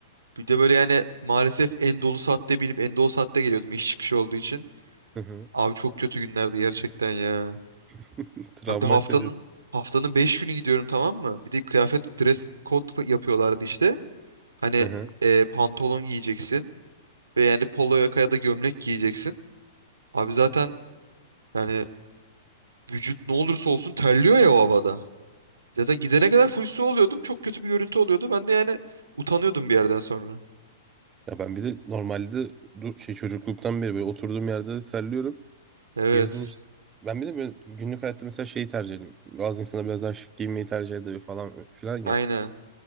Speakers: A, on the right; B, on the right.
A: Bir de böyle yani maalesef en dolu saatte binip en dolu saatte geliyordum iş çıkışı olduğu için.
B: Hı hı.
A: Abi çok kötü günlerdi gerçekten ya.
B: <laughs> Travma
A: Abi bir de haftanın
B: sebebi.
A: haftanın 5 günü gidiyorum tamam mı? Bir de kıyafet dress code yapıyorlardı işte. Hani
B: Hı hı.
A: e, pantolon giyeceksin ve yani polo yaka ya da gömlek giyeceksin. Abi zaten yani vücut ne olursa olsun terliyor ya o havada. Zaten gidene kadar full su oluyordum. Çok kötü bir görüntü oluyordu. Ben de yani utanıyordum bir yerden sonra.
B: Ya ben bir de normalde du- şey çocukluktan beri böyle oturduğum yerde de terliyorum.
A: Evet.
B: Yazın işte. Ben bir de böyle günlük hayatta mesela şeyi tercih ederim. Bazı insanlar biraz daha şık giyinmeyi tercih ediyor falan filan ya.
A: Aynen.